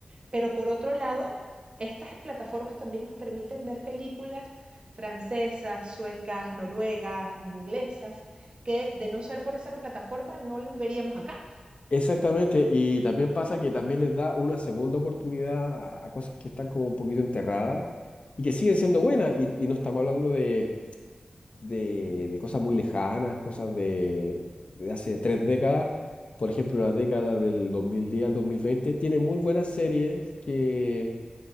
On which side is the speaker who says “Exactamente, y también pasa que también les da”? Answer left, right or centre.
Left